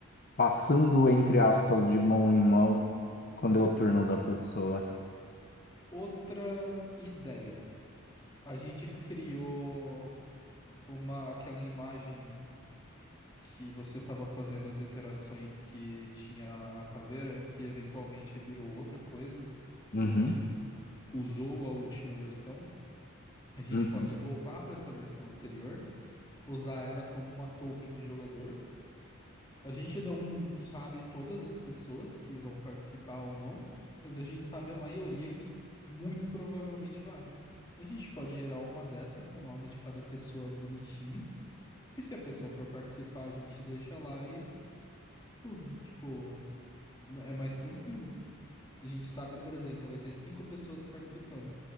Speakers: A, on the left; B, on the left.
A: passando, entre aspas, de mão em mão, quando é o turno da pessoa.
B: Outra ideia. A gente criou uma, aquela imagem. que você estava fazendo as iterações que tinha a caveira, que eventualmente virou outra coisa,
A: Uhum,
B: que a gente usou a última versão. A gente
A: uhum,
B: pode voltar para essa versão anterior, usar ela como uma token de jogador. A gente não sabe todas as pessoas que vão participar ou não, mas a gente sabe a maioria que muito provavelmente vai. Então a gente pode gerar uma dessa com o nome de cada pessoa bonitinho. E se a pessoa for participar, a gente deixa lá e usa. Tipo, É mais tranquilo. A gente sabe, por exemplo, vai ter cinco pessoas participando.